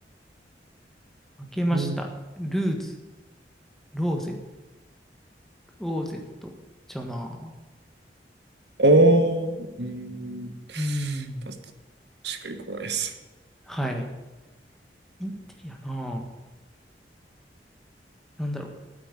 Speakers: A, in the centre; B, on the right.
A: 開けました。
B: うん、
A: ルーズ、ローゼ、クローゼット、ちゃうな。
B: あー、うーん。
A: うーん、
B: パスしっくりこないです。
A: はい。インテリアな。なんだろう。